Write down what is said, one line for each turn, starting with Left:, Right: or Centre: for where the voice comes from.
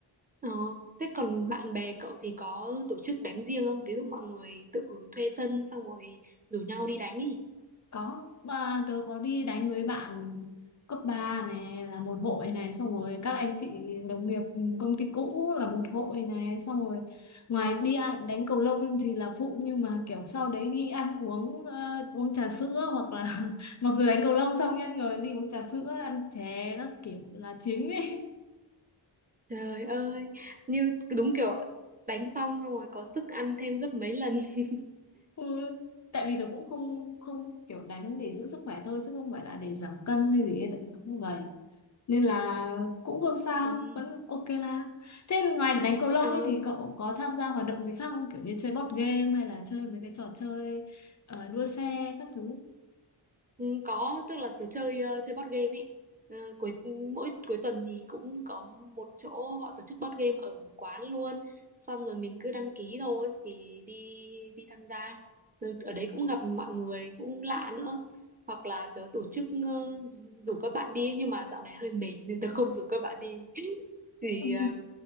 Right: ờ, thế còn bạn bè cậu thì có tổ chức đánh riêng không ví dụ mọi người tự thuê sân xong rồi rủ nhau đi đánh ý
Left: Có, mà tớ có đi đánh với bạn cấp 3 này là một hội này xong rồi các anh chị đồng nghiệp công ty cũ là một hội này xong rồi ngoài đi ăn, đánh cầu lông thì là phụ nhưng mà kiểu sau đấy đi ăn uống ờ, uống trà sữa hoặc là <laughs> mặc dù đánh cầu lông xong nha rồi đi uống trà sữa ăn chè nó kiểu là chính ấy
Right: Trời ơi, như đúng kiểu đánh xong xong rồi có sức ăn thêm gấp mấy lần. <laughs>
Left: <laughs> ừ. Tại vì tôi cũng không không kiểu đánh để giữ sức khỏe thôi chứ không phải là để giảm cân hay gì ấy tại vì tớ không gầy nên là cũng không sao
Right: Ừ.
Left: vẫn ok la thế ngoài đánh cầu lông
Right: Ờ,
Left: ấy thì cậu có tham gia hoạt động gì khác không kiểu như chơi board game hay là chơi mấy cái trò chơi ờ, đua xe các thứ
Right: ừ, có tức là tớ chơi ờ, chơi board game ấy. Ờ, cuối mỗi cuối tuần thì cũng có một chỗ họ tổ chức board game ở quán luôn. Xong rồi mình cứ đăng ký thôi thì đi đi tham gia. Rồi ở đấy cũng gặp mọi người cũng lạ nữa. Hoặc là tớ tổ chức ờ, rủ các bạn đi ấy, nhưng mà dạo này hơi mệt nên tớ không rủ các bạn đi. thì
Left: Ừ,
Right: ờ,